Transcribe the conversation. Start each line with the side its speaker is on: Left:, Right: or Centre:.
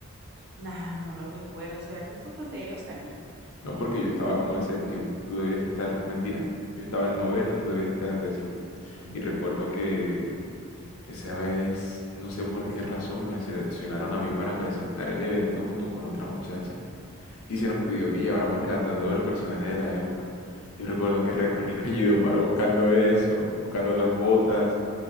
Right: Nah, no lo recuerdo. ¿Será que fue cuando ya yo salí?
Left: No porque yo estaba como en séptimo, tú debías estar, mentira, yo estaba en noveno, tú debías estar en décimo.
Right: Mm.
Left: Y recuerdo que esa vez, no sé por qué razón, me seleccionaron a mí para presentar el evento junto con otra muchacha y se nos pidió que lleváramos el atuendo del personaje de la época. Yo recuerdo que recorrí <laughs> Valledupar buscando eso, buscando las botas,